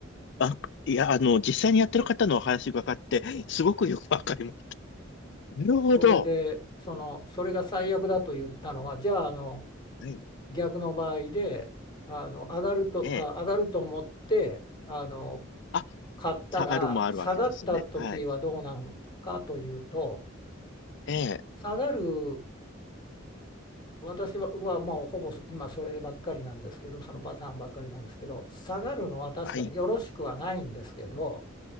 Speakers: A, on the left; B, on the left.
A: あ、いや、あの、実際にやってる方のお話伺って、すごくよくわかります。なるほど。
B: それで、その、それが最悪だと言ったのは、じゃあ、あの、
A: はい。
B: 逆の場合で、あの、上がると、
A: ええ。
B: あ、上がると思って、あの、
A: あ、
B: 買ったら下がった時はどうなんかというと
A: 下がるもあるわけですね。はい。ええ。
B: 下がる私ははもうほぼ今そればっかりなんですけどそのパターンばっかりなんですけど下がるのは確かによろしくはないんですけど
A: はい。